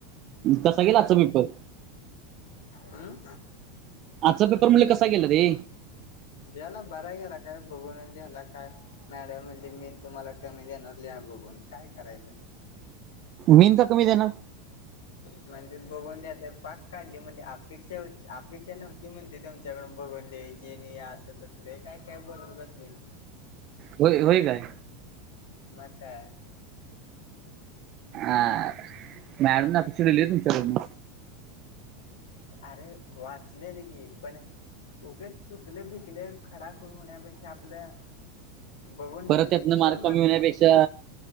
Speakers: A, on the right (about 45°); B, on the left (about 75°).
A: तसा गेला पेपर
B: हम्म.
A: आजचा पेपर म्हले कसा गेला रे.
B: द्यायला बरा गला काय बघूनंद्याला काय. मॅडम म्हणज मी तुम्हाला कमी देणार लिहा बघून काय करायचं.
A: मींद तर कमी दे ना.
B: म्हणजे बघून द्यायता पाक काढले म्हणजे अपेक्षाती अपेक्षा नव्हती म्हण. ते तुमच्याकडून बघून द्यायची आणि असलस ते काय काय बोलत बसले.
A: हो होय काय.
B: न काय.
A: अ मॅडम नपेक्षडली आहे तुमच्याकडून.
B: अरे वाचलेल गी पण. उगे चुकले बिकले खडखर होण्यापेक्षा आपलं. बघवून देले
A: परत
B: ना
A: त्यातनं
B: दोन
A: मार्क कमी
B: मारकर
A: होण्यापेक्षा
B: आहे.